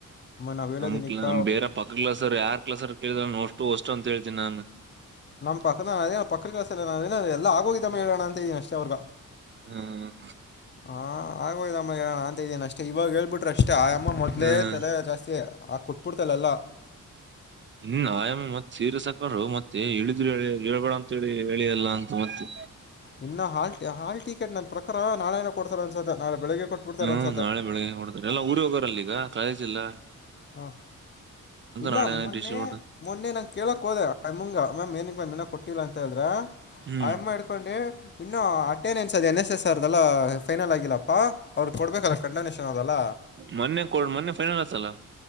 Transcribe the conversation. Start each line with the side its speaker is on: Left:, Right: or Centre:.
Left: ಅಮ್ಮ ನಾವು ಹೇಳೋದೀನಿಕ್ಕ
Right: ನಮ್ ಕಲ ಬೇರೆ ಪಕ್ಕ ಕ್ಲಾಸ್ರ್ ಯಾರ್ ಕ್ಲಾಸ್ರು ಕೇಳಿದ ಅಷ್ಟು ಅಷ್ಟು ಅಂತ ಹೇಳ್ತನಿ ನಾನ್
Left: ನಮ್ ಪಕ್ಕದ ಅದೇ ಪಕ್ಕ ಕೆಲಸಲ್ಲ ಅದೇ ಎಲ್ಲ ಆಗೋಗಿದ್ದ ಮ ಹೇಳೋಣ ಅಂತಿದನಿ ಅಷ್ಟೇ ಅವ್ರಗ
Right: ಹ್ಮ್
Left: ಹಾ ಆಗೋಯ್ದಮ್ಮಗೆಾರ ನಾನ್ಂತ ಇದ್ದೇನೆ ಅಷ್ಟೇ ಇವಾಗ ಹೇಳ್ಬಿಟ್ಟು ಅಷ್ಟೇ ಆಯಾಮ ಮೊದ್ಲೆೇ
Right: ಹ್ಮ್
Left: ತಲೆ ಜಾಸ್ತಿ ಆ ಕುಟ್ಬಿಡ್ತಲೆ ಅಲ್ಲ
Right: ಹ್ಮ ಆಯಾಮ ಮತ್ತತ್ ಸೀರೆ ಸಾಕರು ಮತ್ತೆ ಇ ಹೇಳಿದ್ರು ಹೇಳ ಹೇಳ್ಬೇಡ ಅಂತ ಹೇಳಿ ಹೇಳಿ ಅಲ್ಲ ಅಂತ ಮತ್ತೆ
Left: ಇನ್ನ ಹಾಲ್ಟ ಹಾಲ್ ಟಿಕೆಟ್ ನನ್ನ ಪ್ರಕಾರ ನಾಳೆನ ಕೊಡ್ತಾರೆ ಅನ್ಸತ ನಾಳೆ ಬೆಳಗ್ಗೆ ಕೊಟ್ಬಿಡ್ತಾರೆ
Right: ಹ್ಮ್
Left: ಅನ್ಸತ್ತೆ
Right: ನಾಳೆ ಬೆಳಿಗ್ಗೆ ನೋಡ್ತಾರೆ ಎಲ್ಲ ಊರಿಗೆ ಹೋಗಾರಲ್ಲಲ್ಲಿ ಈಗ ಕಾಲೇಜ್ಿಲ್ಲಲ್ಲ
Left: ಹಾ ಇಲ್ಲ
Right: ನಾಳೆ
Left: ಮೊನ್ನೆ
Right: ಡಿಸ್ಟ್ರಿಬ್ಯೂಟ್
Left: ಮೊನ್ನೆ ನಂ ಕೇಳಕ್ ಹೋದೆ ಂಗ ಮ್ ಮಾಮ ಏನಕ್ಕ ಮಾಮ ಇನ್ನೂ ಕೊಟ್ಟಿಲ್ಲ ಅಂತ ಹೇಳದ್ರ
Right: ಹ್ಮ್
Left: ಅಮ್ಮ ಹಡ್ಕೊಂಡಿ ಇನ್ನು ಅಟೆಂಡೆನ್ಸ್ ಅದು ಎನ್ ಎಸ್ ಎಸ್ ಆರ್ದೆಲ್ಲ ಫೈನಲ್ ಆಗಿಲ್ಲಪ್ಪಾ ಅವ್ರಿಗೆ ಕೊಡ್ಬೇಕಲ್ಲ ಕಣ್ಣನಿಷನ್ ಅದಲ್ಲ
Right: ಮೊನ್ನೆ ಕೊಡ್ ಮೊನ್ನೆ ಫೈನಲ್ ಆತಲ್ಲ